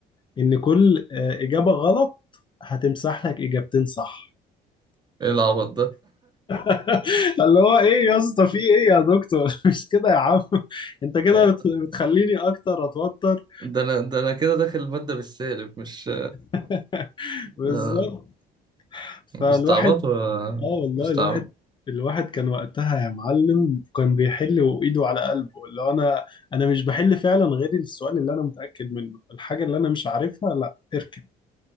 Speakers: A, on the left; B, on the right.
A: ان كل آه، اجابه غلط هتمسح لك اجابتين صح
B: ايه العبط
A: <laughs> اللي هو ايه يا اسطى في ايه يا دكتور <laughs> مش كده يا عم <laughs> انت كده
B: ده
A: بت- بتخليني اكتر اتوتر
B: ده انا ده انا كده داخل المادة بالسالب مش
A: <laughs> بالظبط
B: آه،
A: فالواحد
B: بستعبط ولا
A: اه والله
B: بستعبط
A: الواحد الواحد كان وقتها يا معلم كان بيحل وايده على قلبه اللي هو انا انا مش بحل فعلا غير السؤال اللي انا متاكد منه الحاجه اللي انا مش عارفها لا اركن